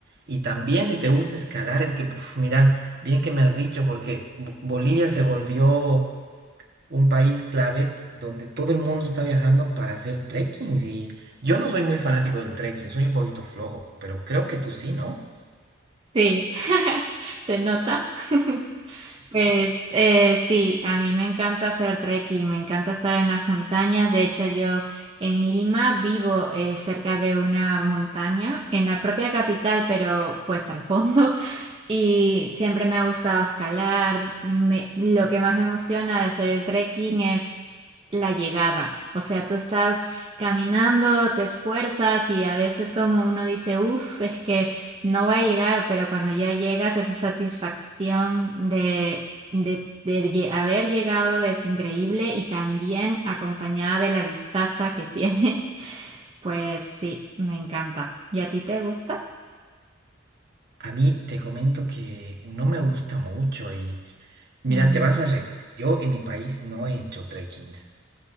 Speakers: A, on the right; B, on the right.
A: Y también si te gusta escalar, es que, puf, mira, bien que me has dicho, porque Bo- Bolivia se volvió un país clave donde todo el mundo está viajando para hacer trekkings y yo no soy muy fanático del trekking, soy un poquito flojo, pero creo que tú sí, ¿no?
B: Sí, <laughs> se nota. <laughs> Pues eh, sí, a mí me encanta hacer trekking, me encanta estar en las montañas. De hecho, yo en Lima vivo eh, cerca de una montaña, en la propia capital, pero pues al fondo. <laughs> Y siempre me ha gustado escalar. Me- lo que más me emociona de hacer el trekking es la llegada. O sea, tú estás caminando, te esfuerzas y a veces como uno dice, uff, es que... No voy a llegar, pero cuando ya llegas, esa satisfacción de, de, de lle- haber llegado es increíble y también acompañada de la vistaza que tienes, <laughs> pues sí, me encanta. ¿Y a ti te gusta?
A: A mí te comento que no me gusta mucho y Mira,
B: Mm,
A: te vas a reír. Yo en mi país no he hecho trekkings,